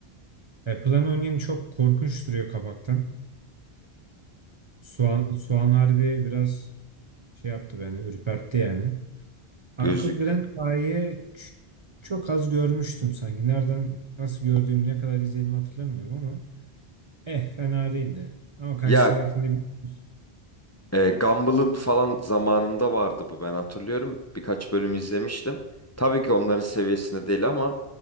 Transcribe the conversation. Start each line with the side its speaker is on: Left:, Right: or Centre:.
Right: Apple'ın onion çok korkunç duruyor kapaktan. Soğan, soğan harbi biraz şey yaptı beni, ürpertti yani.
Left: Gözlük.
Right: Uncle Grand Pie'yi ç- çok az görmüştüm sanki. Nereden, nasıl gördüğüm, ne kadar izledim hatırlamıyorum ama eh fena değildi. Ama karşısındakinde
Left: Ya
Right: bir... <laughs>
Left: e, Gumball'ın falan zamanında vardı bu ben hatırlıyorum. Birkaç bölüm
Right: Evet.
Left: izlemiştim. Tabii ki onların seviyesinde değil ama